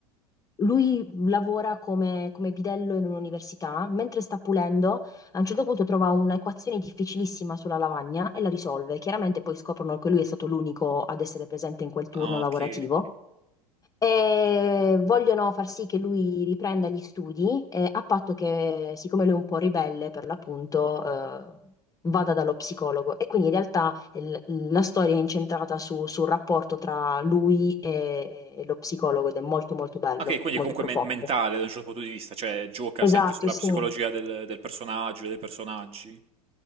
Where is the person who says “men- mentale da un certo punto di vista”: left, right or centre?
Right